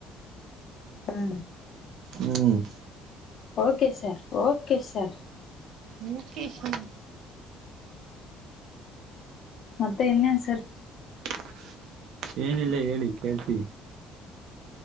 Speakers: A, on the left; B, on the right.
A: ಹ್ಮ
B: ಹ್ಮ್
A: okay sir okay sir
B: Mukesh <unintelligible>
A: ಮತ್ತೆ ಇನ್ ಎನ್
B: <inaudible> ಏನಿಲ್ಲ ಹೇಳಿ ಕೇಳ್ತೀವಿ